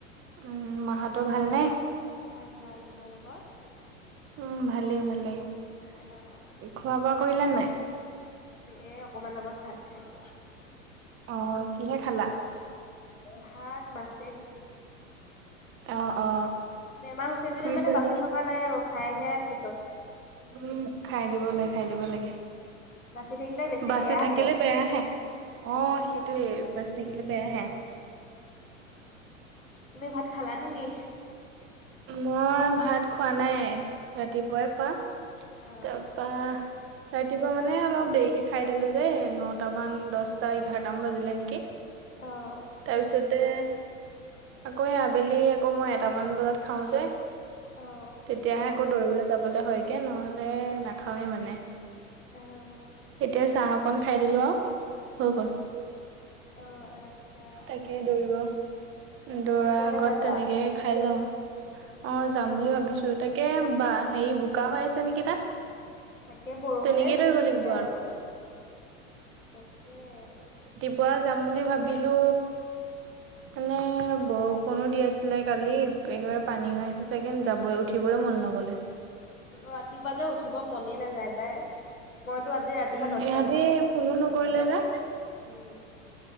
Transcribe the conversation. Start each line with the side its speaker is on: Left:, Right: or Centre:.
Right: উম, মাহাতটো ভালনে।
Left: ভাল - ভাল তোমালোকৰ?
Right: উম, ভালেই- ভালেই
Left: অ'
Right: খোৱা বোৱা কৰিলো নাই?
Left: এই অকণমান আগত ভাত খাইছ।
Right: অ, কিহে খালা।
Left: ভাত মাছেদি
Right: অ - অ।
Left: বেমাৰ হৈছে যদিও
Right: খুৰী
Left: মানে
Right: ছোৱালীজনী
Left: বাচি থকা নাই আৰু খাইহে আছো চব।
Right: উম, খাই দিব লাগে - খাই দিব লাগে।
Left: বাচি থাকিলে বেছি
Right: বাচি
Left: বেয়াহে
Right: থাকিলে বেয়াহে
Left: তাকে
Right: অ, সেইটোয়ে বাচি থাকিলে বেয়া আহে।
Left: তুমি ভাত খালা নেকি।
Right: মই ভাত খোৱা নাই ৰাতিপুৱাই খোৱা।
Left: অ'
Right: তাৰপা ৰাতিপুৱা মানে অলপ দেৰিকে খাই দিলো যে নট মান দছটা এঘাৰট মান বাজিলে নেকি।
Left: অ'
Right: তাৰপিছতে আকৌ আবেলি আকৌ মই এটামান বজাত চাও যে
Left: অ'
Right: তেতিয়াহে আকৌ দৌৰিবলৈ যাবলে হয়গে নহলে নাখাওৱে মানে।
Left: অ'
Right: এতিয়া চাহ অকন খাই দিলো আৰু। হৈ
Left: উম, অ, আচ্ছা
Right: তাকেই দৌৰিব দৌৰা
Left: ফিল্ডলে
Right: আগত
Left: যাবা
Right: তেনেকে খাই যাও অ,
Left: উম।
Right: যাম বুলি ভাবিছো। তাকে বা হেৰি বোকা হৈ আছে নেকি তাত।
Left: তাকে বৰষুণে
Right: তেনেকেই
Left: জি
Right: দৌৰিব
Left: দিছে
Right: লাগিব
Left: আৰু। তাকে।
Right: পুৱোৱা যাম বুলি ভাবিলো। মানে বৰষুণো দি আছিলে কালি একেবাৰে পানী হৈ আছে চাগে যাবই উঠিবই। মন নগলে
Left: ৰাতিপুৱা যে উঠিব মনে নাযায় পাই। মইতো আজি ৰাতিপুৱা
Right: উম
Left: দচটা
Right: ইহঁতি
Left: বজাতছো
Right: ফোনো নকৰিলে যে
Left: উম,